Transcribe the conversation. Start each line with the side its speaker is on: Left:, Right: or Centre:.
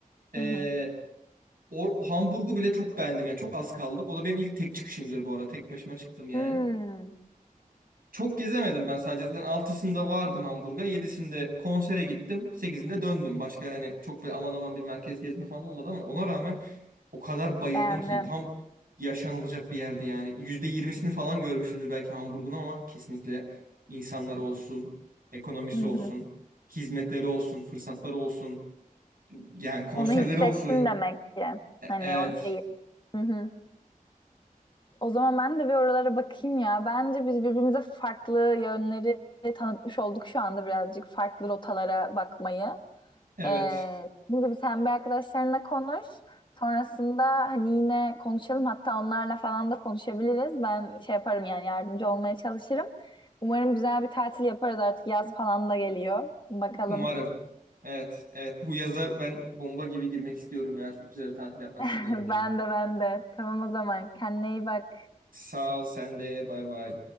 Right: Ee,
Left: Hı hı.
Right: o Hamburg'u bile çok beğendim yani çok az kaldım. O da benim ilk tek çıkışımdır bu arada. Tek başıma çıktım yani.
Left: Hmm.
Right: Çok gezemedim ben sadece. Zaten 6'sında vardım Hamburg'a. 7'sinde konsere gittim. 8'inde döndüm. Başka hani çok böyle aman aman bir merkez gezme falan olmadı ama ona rağmen o kadar bayıldım
Left: Beğendin.
Right: ki tam yaşanılacak bir yerdi yani. yüzde yirmisini falan görmüşsündür belki Hamburg'un ama kesinlikle insanları olsun, ekonomisi
Left: Hı
Right: olsun,
Left: hı.
Right: hizmetleri olsun, fırsatları olsun, yani konserleri
Left: Onu hissettin
Right: olsun.
Left: demek ki.
Right: E-
Left: Hani
Right: Evet.
Left: o şeyi. Hı hı. O zaman ben de bir oralara bakayım ya. Bence biz birbirimize farklı yönleri tanıtmış olduk şu anda birazcık farklı rotalara bakmayı.
Right: Evet.
Left: Ee, dediğim gibi sen bir arkadaşlarınla konuş. Sonrasında hani yine konuşalım. Hatta onlarla falan da konuşabiliriz. Ben şey yaparım yani yardımcı olmaya çalışırım. Umarım güzel bir tatil yaparız artık. Yaz falan da geliyor. Bakalım
Right: Umarım. Evet. Evet. Bu yaza ben bomba gibi girmek istiyorum ya. Çok güzel bir tatil yapmak istiyorum
Left: <laughs>
Right: diyeyim.
Left: Ben de ben de. Tamam o zaman. Kendine iyi bak.
Right: Sağ ol sen de. Bay bay.